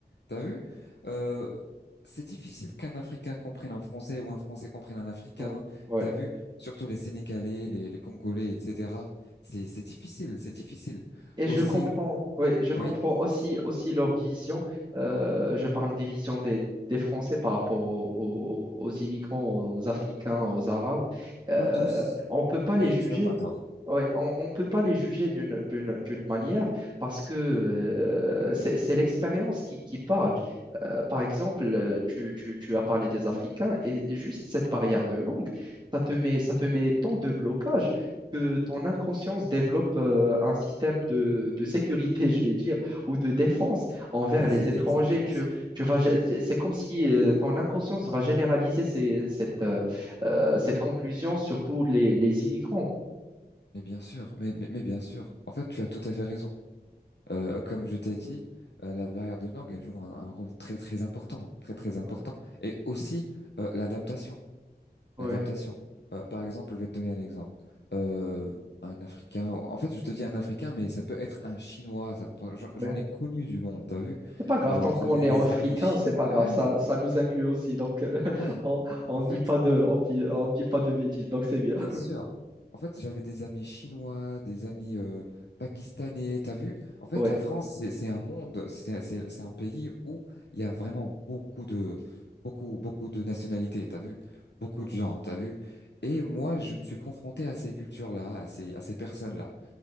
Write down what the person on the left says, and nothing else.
T'as vu? Euh, c'est difficile qu'un Africain comprenne un Français ou un Français comprenne un Africain.
T'as vu? Surtout les Sénégalais, les, les Congolais, etc. C'est c'est difficile, c'est difficile.
Aussi,
oui,
pas tous.
Mais
tu n'as pas tort.
Mais
c'est
exactement
ça.
Mais bien sûr, mais, mais, mais bien sûr. En fait, tu as tout à fait raison. Euh, comme je t'ai dit, euh, la barrière de langue, elle joue un, un rôle très très important, très très important.
Et aussi euh, l'adaptation,
l'adaptation. Euh, par exemple, je vais te donner un exemple. Euh, un Africain. En fait, je te dis un Africain, mais ça peut être un Chinois. ça peut- J'en
j'en ai connu du monde. T'as vu?
Euh,
j'avais
des
amis chinois.
Ouais,
ouais.
En
fait,
Bien sûr. En fait, j'avais des amis chinois, des amis euh, pakistanais. T'as vu? En fait,
la France, c'est c'est un monde, c'est c'est- c'est un pays où il y a vraiment beaucoup de beaucoup beaucoup de nationalités. T'as vu? Beaucoup
de gens. T'as vu? Et moi, je me suis confronté à ces cultures-là, à ces à ces personnes-là.